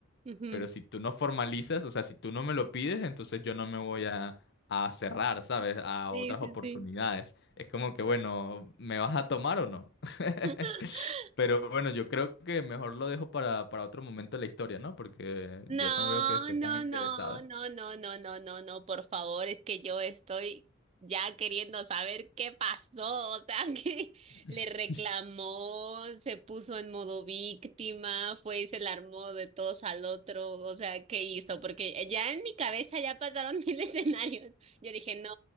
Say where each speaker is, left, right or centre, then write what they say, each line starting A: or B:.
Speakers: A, on the right; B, on the left.
A: Ujú.
B: pero si tú no formalizas, o sea, si tú no me lo pides, entonces yo no me voy a, a cerrar, ¿sabes? A
A: Sí,
B: otras
A: sí,
B: oportunidades.
A: sí.
B: Es como que, bueno, ¿me vas a tomar o no? <laughs>
A: <laughs>
B: Pero bueno, yo creo que mejor lo dejo para, para otro momento de la historia, ¿no? Porque
A: No,
B: yo no veo que estés
A: no,
B: tan interesada.
A: no, no, no, no, no, no, no, por favor, es que yo estoy ya queriendo saber qué pasó, o sea, <laughs> que
B: <laughs>
A: le reclamó, se puso en modo víctima, fue y se la armó de todos al otro, o sea, ¿qué hizo? Porque ya en mi cabeza ya pasaron <laughs> mil escenarios. Yo dije, no,